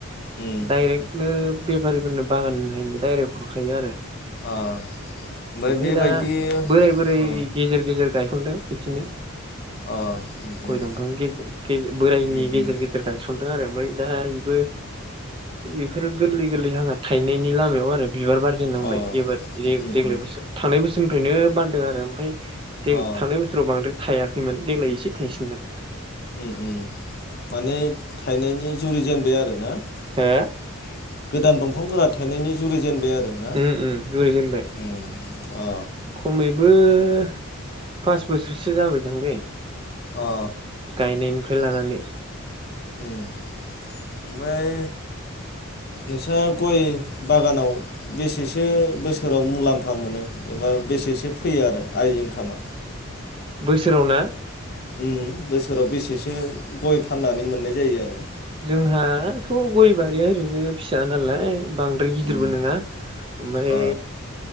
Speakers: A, on the left (about 45°); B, on the right (about 25°).
A: उम
B: डाइरेक्टनो बेफारिफोरनो बागान नायैनो दडाइरेक्ट हरखायो आरो
A: अ ओमफ्राय
B: ओमफाय
A: बेबायदि
B: दा बोराय बोराय
A: अ
B: गेजेर गेजेर गायखनदों बिदिनो
A: अ उम उम
B: गय दंफां गेजर गेजे बोरायनि
A: उम
B: गेजेर
A: उम
B: गेजेर गायसन दों आरो दा इबो इफोर गोरलै गोरलै हांआ थायनायनि लामायाव आरो बिबार बारजेन
A: अ
B: एबार ए
A: उम
B: देग्लाय
A: उम
B: बोसोराव थांनाय बोसोर सोनिफ्रायनो बारदों आरो ओमफाय दे
A: अ
B: थांनाय बोसोराव बांद्राय थायाखैमोन देग्लाय एसे थाइसेनदों
A: उम उम माने थाइनायनि जुरि जेनबाय आरो ना उम
B: हो
A: गोदान दंफांफोराथ' थायनायनि जुरि जेनबाय आरो ना
B: उम उम जुरि जेनबाय
A: उम अ
B: खमैबो बो फास बोसोरसो जाबाय दांलै
A: अ
B: गायनायनिफ्राय लानानै
A: ओमफाय नोंस्रा गय बागानाव बेसेसो बोसोराव मुलाम्फा मोनो एबा बेसेसो फैयो आरो आइ इनकामा
B: बोसोराव ना
A: उम बोसोराव बेसेसो गय फाननानै मोननाय जायो आरो
B: जोंहाथ' गय बारिया ओरैनो फिसा नालाय बांद्राय गिदिरबो
A: उम
B: नङा ओमफाय
A: अ